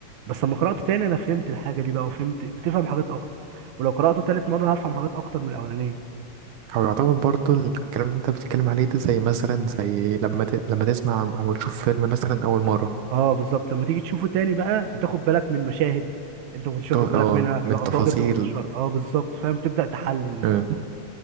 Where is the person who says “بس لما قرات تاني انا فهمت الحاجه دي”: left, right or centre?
Right